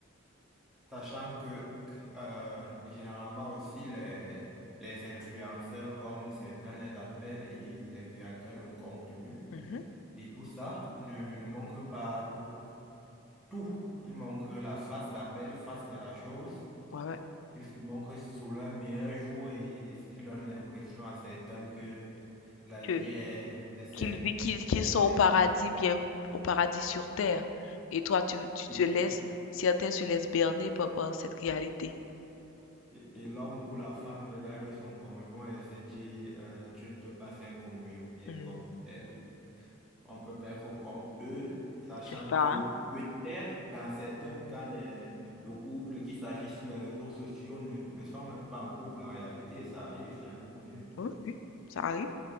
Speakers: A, in the centre; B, on the left (about 65°).
A: Sachant que euh, généralement aussi les, les influenceurs, comme certains les appellent, et les créateurs de contenu,
B: Mmh
A: et tout ça ne, ne manque pas tout, tout. Il manque la face, la belle face de la chose.
B: Ouais,
A: Il se manque sous leur meilleur jour et il donne l'impression à certains que la vie
B: ouais.
A: est, est simple,
B: qu'ils vi- qu'ils, qu'ils
A: elle
B: sont
A: est belle.
B: au paradis, bien au paradis sur terre. Et toi, tu, tu
A: Et,
B: te
A: tu-
B: laisses, certains se laissent berner par, par cette réalité.
A: et- et l'homme ou la femme regarde son conjoint et se dit, euh, tu ne peux pas faire comme lui ou bien
B: Mhm.
A: comme elle. On peut perdre comme eux, sachant
B: C'est ça,
A: que
B: hein?
A: peut-être dans certains cas, les- le couple qui s'affiche sur les réseaux sociaux ne, ne sont même pas en couple en réalité. Ça arrive, j'en ai connu.
B: Oui, oui, ça arrive.